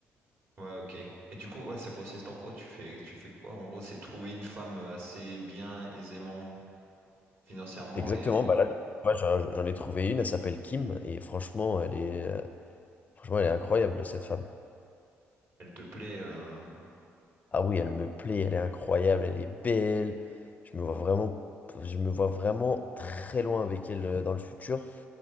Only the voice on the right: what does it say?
Ouais, ok. Et du coup, ouais, ça consiste en quoi? Tu fais, tu fais quoi? En gros, c'est trouver une femme assez bien, aisément financièrement
et
elle te plaît euh,